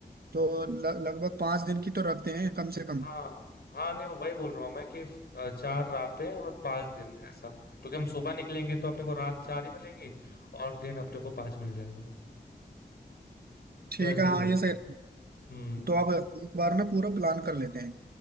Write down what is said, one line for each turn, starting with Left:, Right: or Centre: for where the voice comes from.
Right: तो ल- लगभग पांच दिन की तो रखते हैं कम से कम
Left: हाँ हाँ नहीं वो वही बोल रहा हूँ मैं कि अ, चार रातें और पांच दिन ऐसा क्योंकि हम सुबह निकलेंगे तो अपने को रात चार ही मिलेगी और दिन अपने को पांच मिल जाएगा
Right: ठीक
Left: तो ऐसे
Right: है हाँ
Left: ही कर
Right: ये सही रहेगा।
Left: हम्म
Right: तो अब एक बार ना पूरा प्लान कर लेते हैं